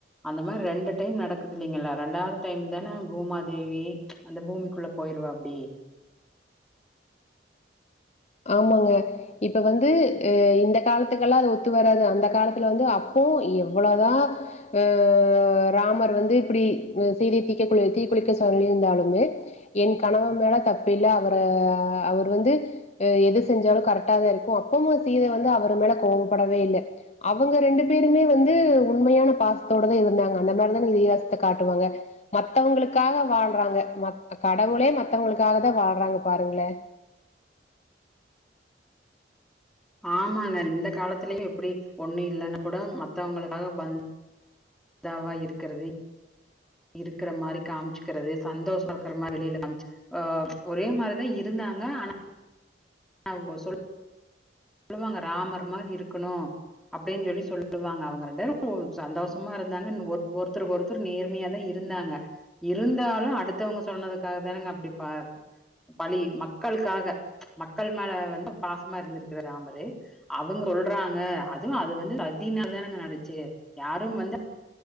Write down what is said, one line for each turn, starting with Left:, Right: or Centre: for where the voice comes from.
Centre: அந்த மாரி ரெண்டு டைம் நடக்குது இல்லீங்களா ரெண்டாவது டைம் தானே பூமாதேவி அந்த பூமிக்குள்ள போயிருவா அப்டி
Left: ஆமாங்க இப்ப வந்து அ இந்த காலத்துக்கெல்லா அது ஒத்து வராது அந்த காலத்துல வந்து அப்போ எவ்வள தா அ ராமர் வந்து இப்டி சீதைய தீக்க குளி தீக்குளிக்க சொல்லி இருந்தாலுமே என் கணவர் மேல தப்பு இல்ல அவர அவர் வந்து அ எது செஞ்சாலு கரெக்டா தா இருக்கு அப்பமு சீதை வந்து அவர் மேலே கோவப்படவே இல்லே அவங்க ரெண்டு பேருமே வந்து உண்மையான பாசத்தோட தா இருந்தாங்க அந்த மாதிரிதானே இதிகாசத்த காட்டுவாங்க மத்தவங்களுக்காக வாழ்றாங்க மத் கடவுளே மத்தவங்களுக்காக தா வாழ்றாங்கப் பாருங்களே
Centre: ஆமாங்க இந்த காலத்திலயு இப்பிடி ஒண்ணு இல்லைன்னா கூட மத்தவங்களுக்காக பந் தாவா இருக்கிறது இருக்கிற மாதிரி காமிச்சிக்கிறது சந்தோஷ இருக்கிற மாதிர வெலில காமிச்சு ஆ ஒரே மாரிதா இருந்தாங்க ஆனா ஆ சொல்ல சொல்லுவாங்க ராமர் மாதிரி இருக்கணு அப்டின்னு சொல்லி சொல்லுவாங்க அவங்க ரெண்டு பேரும் சந்தோஷமா இருந்தாங்க ஒருத்தருக்கு ஒருத்த நேர்மையா தா இருந்தாங்க இருந்தாலு அடுத்தவங்க சொன்னதுக்காக தானங்க அப்டி ப பழி மக்களுக்காக மக்கள் மேல வந்து பாசமா இருந்திருக்கிற ராமரு அவங்க சொல்றாங்க அதுவு அது வந்து சதினால தானங்க நடந்துச்சு யாரும் வந்து